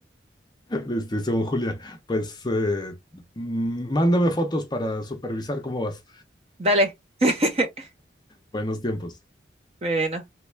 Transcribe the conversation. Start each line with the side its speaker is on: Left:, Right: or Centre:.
Left: Les dice un Julia, pues eh, mm, mándame fotos para supervisar cómo vas.
Right: <laughs> Dale. <laughs>
Left: Buenos tiempos.
Right: Bueno.